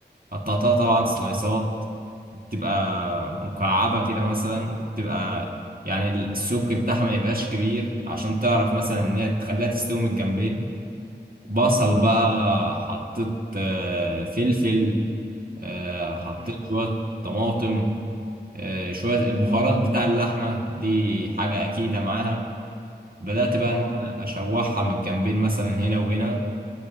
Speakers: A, on the right; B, on the left.
A: قطعتها
B: امم
A: طبعا سلايسات بتبقى مكعبة كده مثلا وبتبقى يعني السمك بتاعها ما يبقاش كبير عشان تعرف مثلا ان هي تخليها تستوي من الجنبين بصل بقى حطيت آه، فلفل آه، حطيت
B: امم
A: شوية طماطم آه، شوية البهارات بتاع اللحمة دي حاجة أكيدة معاها بدأت بقى
B: اه
A: إن أنا أشوحها من الجنبين مثلا هنا وهنا